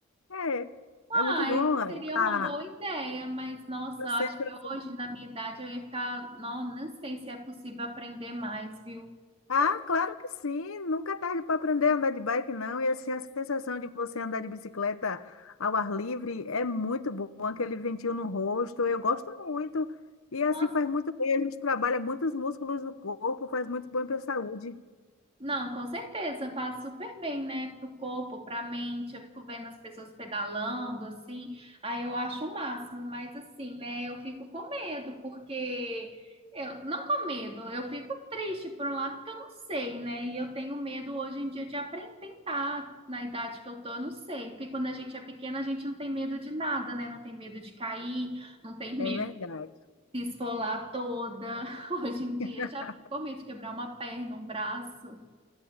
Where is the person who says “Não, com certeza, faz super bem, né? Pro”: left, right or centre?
Right